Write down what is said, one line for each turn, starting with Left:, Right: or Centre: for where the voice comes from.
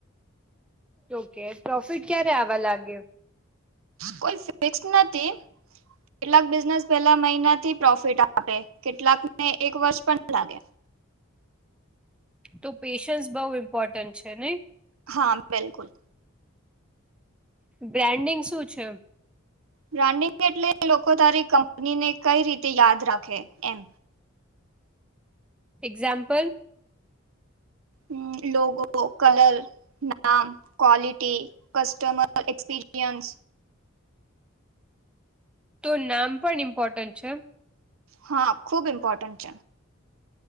Centre: ઓકે પ્રોફિટ ક્યારે આવવા લાગ્યો
Right: કોઈ ફિક્સ નથી કેટલાક બિઝનેસ પહેલા મહિનાથી પ્રોફિટ આપે, કેટલાકને એક વર્ષ પણ લાગે.
Centre: તો પેશન્સ બઉ ઇમ્પોર્ટન્ટ છે નઈ.
Right: હા, બિલકુલ.
Centre: બ્રાન્ડિંગ શું છે
Right: બ્રાન્ડિંગ એટલે લોકો તારી કંપની ને કઈ રીતે યાદ રાખે એમ
Centre: એક્ઝામ્પલ
Right: <unintelligible> કલર નામ ક્વલિટી કસ્ટમર એક્સપીરિયન્સ
Centre: તો નામ પણ ઇમ્પોર્ટન્ટ છે.
Right: હા, ખુબ ઇમ્પોર્ટન્ટ છે.